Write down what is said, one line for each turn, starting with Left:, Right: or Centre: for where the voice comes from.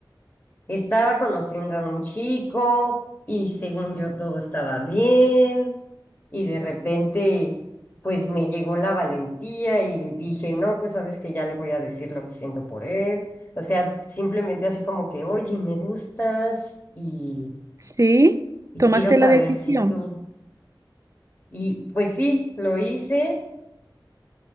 Left: Estaba conociendo a un chico y según yo todo estaba bien y de repente pues me llegó la valentía y dije, no, pues sabes que ya le voy a decir lo que siento por él. O sea, simplemente así como que, oye, me gustas y,
Right: ¿Sí?
Left: y
Right: ¿Tomaste
Left: quiero saber
Right: la decisión?
Left: si tú. Y pues sí, lo hice